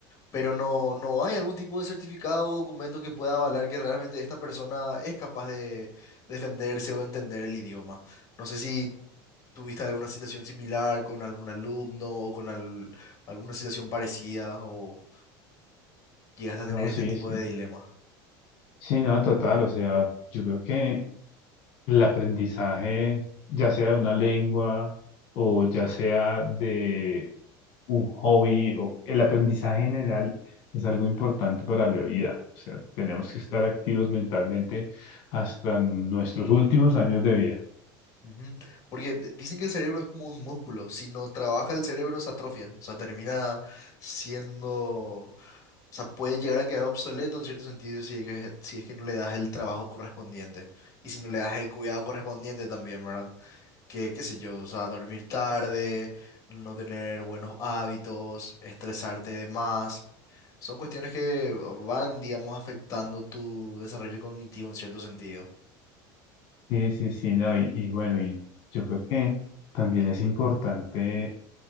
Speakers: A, on the left; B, on the left.
A: pero no, no hay algún tipo de certificado o documento que pueda avalar que realmente esta persona es capaz de defenderse o entender el idioma. No sé si tuviste alguna situación similar con algún alumno o con al- alguna situación parecida o llegaste a tener
B: No,
A: este
B: sí,
A: tipo
B: sí.
A: de dilema.
B: Sí, no, total. O sea, yo creo que el aprendizaje, ya sea de una lengua o ya sea de un hobby, o el aprendizaje general es algo importante para la vida. O sea, tenemos que estar activos mentalmente hasta nuestros últimos años de vida.
A: Ujú. Porque dicen que el cerebro es como un músculo, si no trabaja el cerebro se atrofia, o sea, termina siendo O sea, puede llegar a quedar obsoleto en cierto sentido si es que, si es que no le das el trabajo correspondiente y si no le das el cuidado correspondiente también, ¿verdad? Que, qué sé yo, o sea, dormir tarde, no tener buenos hábitos, estresarte de más. Son cuestiones que van, digamos, afectando tu desarrollo cognitivo en cierto sentido.
B: Sí, sí, sí, no, y, y bueno, y yo creo que también es importante,